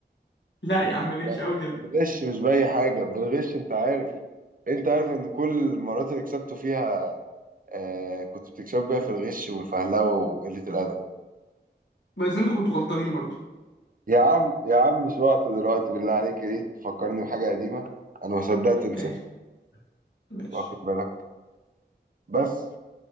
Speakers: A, on the left; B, on the right.
A: لا يا عم ليه
B: لا
A: مش قوي كده
B: بالغش مش باي حاجه بالغش انت عارف انت عارف ان كل المرات اللي كسبته فيها آه كنت بتكسب بيها في الغش والفهلوه وقله الادب
A: بس انتوا كنتوا غلطانين برضو
B: يا عم يا عم مش وقت دلوقتي بالله عليك ليه تفكرني بحاجه قديمه انا ما صدقت نسيت
A: ماشي ماشي
B: واخد بالك بس